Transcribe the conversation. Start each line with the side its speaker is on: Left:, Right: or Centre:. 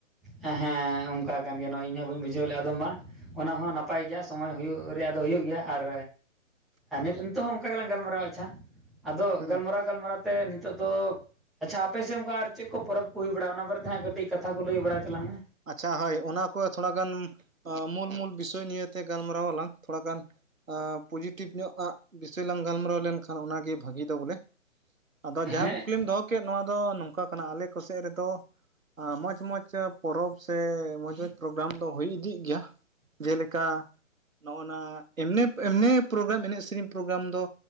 Centre: ᱦᱮᱸ ᱦᱮᱸ ᱚᱱᱠᱟ ᱟᱠᱟᱱ ᱜᱮᱭᱟ ᱱᱚᱜᱚᱭ ᱤᱧ ᱦᱚᱸ ᱵᱟᱹᱧ ᱵᱩᱡᱷᱟᱹᱣ ᱞᱮᱫᱼᱟ ᱟᱫᱚ ᱢᱟ ᱚᱱᱟ ᱦᱚᱸ ᱱᱟᱯᱟᱭ ᱜᱮᱭᱟ ᱥᱚᱢᱚᱭ ᱦᱩᱭᱩᱜ ᱨᱮᱭᱟᱜ ᱫᱚ ᱦᱩᱭᱩᱜ ᱜᱮᱭᱟ ᱟᱨ ᱱᱤᱛᱚᱜ ᱦᱚᱸ ᱚᱱᱠᱟ ᱜᱮᱞᱟᱝ ᱜᱟᱞᱢᱟᱨᱟᱣᱟ ᱟᱪᱪᱷᱟ ᱟᱫᱚ
Right: ᱦᱩᱸ
Centre: ᱜᱟᱞᱢᱟᱨᱟᱣ ᱜᱟᱞᱢᱟᱨᱟᱣ ᱛᱮ ᱱᱤᱛᱚᱜ ᱫᱚ ᱟᱪᱪᱷᱟ ᱟᱯᱮᱥᱮᱫ ᱚᱱᱠᱟ ᱟᱨ ᱪᱮᱫ ᱠᱚ ᱯᱚᱨᱚᱵ ᱠᱚ ᱦᱩᱭ ᱵᱟᱲᱟᱜ-ᱟ ᱚᱱᱟ ᱵᱟᱨᱮᱛᱮ ᱦᱟᱜ ᱠᱟᱹᱴᱤᱡ ᱠᱟᱛᱷᱟ ᱠᱚ ᱞᱟᱹᱭ ᱵᱟᱲᱟᱭ ᱛᱟᱞᱟᱝ ᱢᱮ
Right: ᱟᱪᱪᱷᱟ ᱦᱳᱭ ᱚᱱᱟ ᱠᱚ ᱛᱷᱚᱲᱟ ᱜᱟᱱ ᱢᱩᱞ ᱢᱩᱞ ᱵᱤᱥᱚᱭ ᱱᱤᱭᱮᱛᱮ ᱜᱟᱞᱢᱟᱨᱟᱣ ᱟᱞᱟᱝ ᱛᱷᱚᱲᱟ ᱜᱟᱱ ᱯᱚᱡᱮᱴᱤᱵᱷ ᱧᱚᱜ ᱟᱜ ᱵᱤᱥᱚᱭ ᱞᱟᱝ ᱜᱟᱞᱢᱟᱨᱟᱣ ᱞᱮᱱᱠᱷᱟᱱ ᱚᱱᱟᱜᱮ ᱵᱷᱟᱹᱜᱤ ᱫᱚ ᱵᱚᱞᱮ ᱟᱫᱚ
Centre: ᱦᱮᱸ
Right: ᱡᱟᱦᱟᱸ ᱠᱩᱠᱞᱤᱢ ᱫᱚᱦᱚ ᱠᱮᱫ ᱱᱚᱣᱟ ᱫᱚ ᱱᱚᱝᱠᱟ ᱠᱟᱱᱟ ᱟᱞᱮ ᱠᱚᱥᱮᱫ ᱨᱮᱫᱚ ᱢᱚᱸᱡᱽ ᱢᱚᱸᱡᱽ ᱯᱚᱨᱚᱵᱽ ᱥᱮ ᱢᱚᱸᱡᱽ ᱢᱚᱸᱡᱽ ᱯᱨᱳᱜᱨᱟᱢ ᱫᱚ ᱦᱩᱭ ᱤᱫᱤᱜ ᱜᱮᱭᱟ ᱡᱮᱞᱮᱠᱟ ᱱᱚᱜᱼ ᱚᱱᱚᱣᱟ ᱮᱢᱱᱤ ᱯᱨᱳᱜᱨᱟᱢ ᱮᱱᱮᱡ ᱥᱮᱨᱮᱧ ᱯᱨᱳᱜᱨᱟᱢ ᱫᱚ